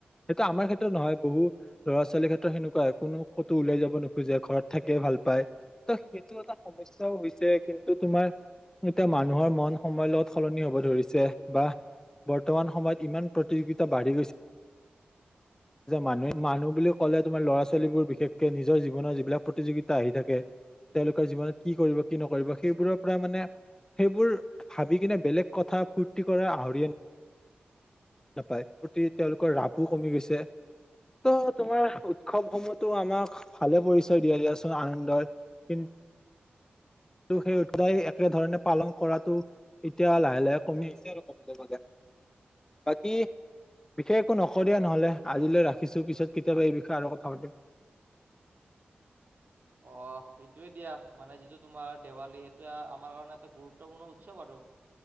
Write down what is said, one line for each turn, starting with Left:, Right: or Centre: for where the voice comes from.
Left: সেইটো আমাৰ ক্ষেত্ৰত নহয় বহু ল'ৰা- ছোৱালীৰ ক্ষেত্ৰত সেনেকুৱা কোনো কটো ওলাই যাব খোজে ঘৰত থাকীয়ে ভাল পায় ত সেইটো এটা সমস্যাও হৈছে কিন্তু তোমাৰ এতিয়া মানুহৰ মন সময়ৰ লগত সলনি হব ধৰিছে বা বৰ্তমান সময়ত ইমান প্ৰতিযোগিতা বাঢ়ি গৈছে। মানুহে- মানুহ বুলি ক'লে তোমাৰ ল'ৰা- ছোৱালীবোৰ বিশেষকে নিজৰ জী জীৱনৰ যিবিলাক প্ৰতিযোগিতা আহি থাকে তেওঁলোকৰ জীৱনত কি কৰিব -কি নকৰিব সেইবোৰৰ পৰা মানে সেইবোৰ ভাবি কিনে বেলেগ কথা ফূৰ্তি কৰাৰ আহৰিয়ে ' নাপায় প্ৰতি তেওঁলোকৰ ৰাপো কমি গৈছে। ত 'তোমাৰ উৎসৱসমূহতো আমাক ভালে পৰিচয় দিয়ে দিয়াচোন আনন্দৰ কিন <unintelligible> একেধৰণে পালন কৰাটো এতিয়া লাহে- লাহে কমি আহিছে আৰু ক'বলৈ গলে। বাকী বিশেষ একো নকওঁ দিয়া নহলে আজিলৈ ৰাখিছো পিছত কেতিয়াবা এই বিষয়ে কথা পাতিম। <inaudible>
Right: অহ, সেইটোয়ে দিয়া মানে যিটো তোমাৰ দেৱালী সেইটোৱে আমাৰ কাৰণে এটা গুৰুত্বপূৰ্ণ উৎসৱ আৰু।